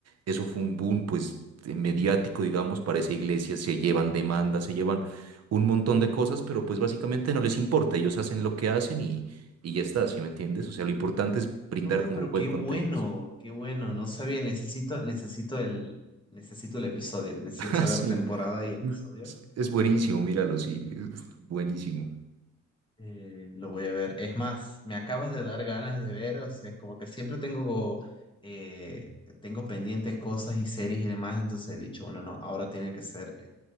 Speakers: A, on the right; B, on the left.
A: eso fue un boom, pues, eh, mediático, digamos, para esa iglesia, se llevan demandas, se llevan un montón de cosas, pero pues básicamente no les importa, ellos hacen lo que hacen y, y ya está, ¿sí me entiendes? O sea, lo importante es brindar
B: Uy,
A: como
B: pero
A: buen
B: qué
A: contenido.
B: bueno,
A: Sí,
B: qué bueno. No sabía, necesito, necesito el, necesito el episodio, necesito
A: <laughs>
B: saber
A: Sí,
B: temporada y episodio.
A: es es buenísimo, míralo, sí, es buenísimo.
B: Eh, lo voy a ver. Es más, me acabas de dar ganas de ver, o sea, como que siempre tengo, eh, tengo pendientes cosas y series y demás, entonces he dicho, bueno, no, ahora tiene que ser.